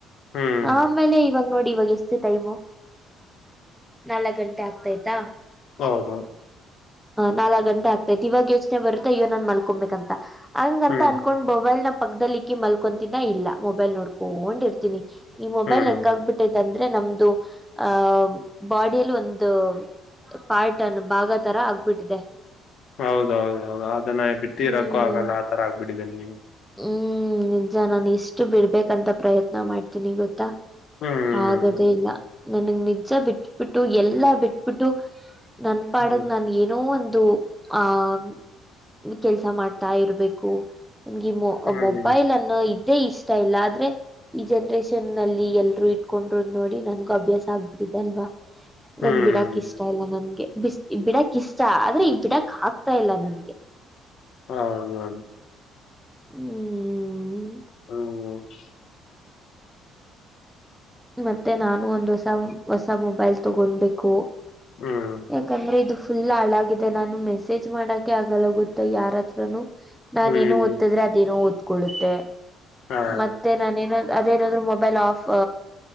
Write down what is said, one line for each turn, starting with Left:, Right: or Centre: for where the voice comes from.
Left: ಹ್ಮ್
Centre: ಆಮೇಲೆ ಇವಾಗ ನೋಡಿ <unintelligible> ನಡಿ ಇವಾಗ ಎಷ್ಟು ಟೈಮು ನಾಲ್ಕ್ ಗಂಟೆ ಆಗ್ತಾಯಯ್ತಾ
Left: ಹೌದ
Centre: ನಲ್ಕಕ್ ಗಂಟೆ ಆಗ್ತೈತೆತ್ ಇವಾಗ ಯೋಚನೆ ಬರುತ್ತೆ ಅಯ್ಯ ನಾನ್ ಮಲ್ಕೊಬೇಕಂತ ಹಂಗಂತ
Left: ಹ್ಮ್
Centre: ಅನ್ಕೊಂಡ್ ಮೊಬೈಲ್ ನ ಪಕ್ಕದದಲ್ಲಿ ಇಕ್ಕಿ ಮಲ್ಕೊತೀನ ಇಲ್ಲ ಮೊಬೈಲ್ ನೋಡ್ಕೊಂಡ ಇರ್ತೀನಿ ಈ ಮೊಬೈಲ್
Left: ಹ್ಮ್
Centre: ಹೆಂಗ ಆಗ್ಬಿಟ್ಟೈದೆ ಅಂದ್ರೆ ನಮ್ದು ಆಹ್ ಬಾಡಿಯಲ್ಲಿ ಒಂದು ಪಾರ್ಟ್ ಅನ್ ಭಾಗ ತರ ಆಗ್ಬಿಟ್ಟಿದೆ
Left: ಹೌದೌದು ಹೌದು ಅದನ್ನ ಬಿಟ್ಟಿರಕ್ಕೋ
Centre: ಹ್ಮ್
Left: ಆಗಲ್ಲ ಆ ತರ ಆಗ್ಬಿಡಿದೆ ನಿಗೆ
Centre: ಹ್ಮ್ ನಿಜ ನಾನು ಎಷ್ಟು ಬಿಡ್ಬೇಕಂತ ಪ್ರಯತ್ನ ಮಾಡ್ತೀನಿ ಗೊತ್ತಾ
Left: ಹ್ಮ್
Centre: ಆಗದೇ ಇಲ್ಲ ನನಗ್ ನಿಜ ಬಿಟ್ಬಿಟ್ಟು ಎಲ್ಲಾ ಬಿಟ್ಬಿಟ್ಟು ನನ್ ಪಾಡಗ್
Left: ಹ್ಮ್
Centre: ನನ್ ಏನೋ ಅಂತ <unintelligible> ದು ಆಹ ಕೆಲ್ಸ ಮಾಡ್ತಾ ಇರ್ಬೇಕು ನಮ್ಗೆ ಮೊ
Left: ಹ್ಮ್
Centre: ಮೊಬೈಲ್ ಅನ್ನೋ ಇದ್ದೇ ಇಷ್ಟ ಇಲ್ಲ ಆದ್ರೆ ಈ ಜನ್ರೇಷನ್ ಅಲ್ಲಿ ಎಲ್ರು ಇಟ್ಕೊಂಡ್ರರುದ್ ನೋಡಿ ನನ್ಗು ಅಭ್ಯಾಸ ಆಗ್ಬಿಟ್ಟಿದೆ ಅಲ್ವಾ
Left: ಹ್ಮ್
Centre: ನನ್ ಬಿಡಕ್ ಇಷ್ಟ ಇಲ್ಲ ನನ್ಗೆ ಬಿಸ ಈ ಬಿಡಾಕ್ ಇಷ್ಟ ಆದ್ರೆ ಈ ಬಿಡಕ್ ಹಗ್ತಾ ಇಲ್ಲ ನನ್ಗೆ
Left: ಹೌದು
Centre: ಹ್ಮ್
Left: ಹ್ಮ
Centre: ಮತ್ತೆ ನಾನು ಒಂದ್ ಹೊಸ ಹೊಸ ಮೊಬೈಲ್ ತಗೊಬೇಕು
Left: ಹ್ಮ್
Centre: ಯಾಕಂದ್ರೆ ಇದು ಫುಲ್ ಹಾಳಾಗಿದೆ ನಾನು ಮೆಸೇಜ್ ಮಾಡೋಕ್ಕೆ ಆಗಲ್ಲ ಗೊತ್ತ ಯಾರತ್ರನು ನಾನೇನೊ
Left: ಹ್ಮ್
Centre: ಓದ್ತಿದ್ರೆ ಅದೇನೋ ಓದ್ಕೊಳ್ಳುತ್ತೆ
Left: ಹಾ
Centre: ಮತ್ತೆ ನಾನೇನೋ ಅದೇನಾದ್ರು ಮೊಬೈಲ್ ಆಫ್